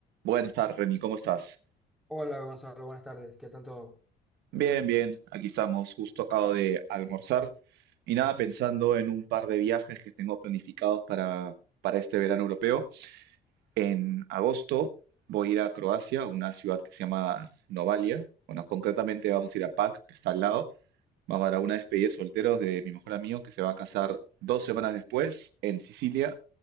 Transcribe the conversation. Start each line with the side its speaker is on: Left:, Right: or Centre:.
Right: Buenas tardes, Reni, ¿cómo estás?
Centre: Hola Gonzalo, buenas tardes. ¿Qué tal todo?
Right: Bien, bien, aquí estamos, justo acabo de almorzar y nada, pensando en un par de viajes que tengo planificados para, para este verano europeo. En agosto voy a ir a Croacia, a una ciudad que se llama Novalia. Bueno, concretamente vamos a ir a Pag, que está al lado. Vamos a dar una despedida de solteros de mi mejor amigo que se va a casar dos semanas después en Sicilia,